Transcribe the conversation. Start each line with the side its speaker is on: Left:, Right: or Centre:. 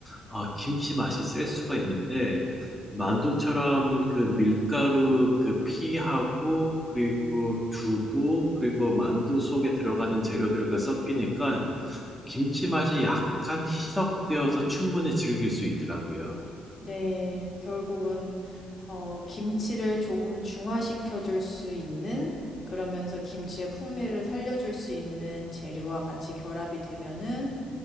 Centre: 어, 김치 맛이 셀 수가 있는데 만두처럼 그 밀가루 그 피하고 그리고 두부 그리고 만두 속에 들어가는 재료들과 섞이니까 김치 맛이 약간 희석되어서 충분히 즐길 수 있더라고요.
Left: 네. 결국은 어 김치를 조금 중화시켜 줄 수 있는 그러면서 김치의 풍미를 살려 줄 수 있는 재료와 같이 결합이 되면은